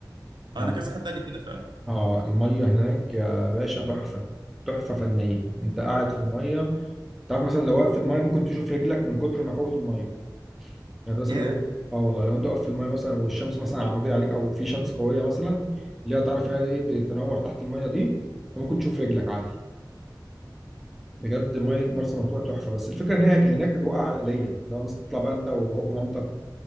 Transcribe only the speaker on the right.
انا كذا حد قال لي كده فعلا
ياه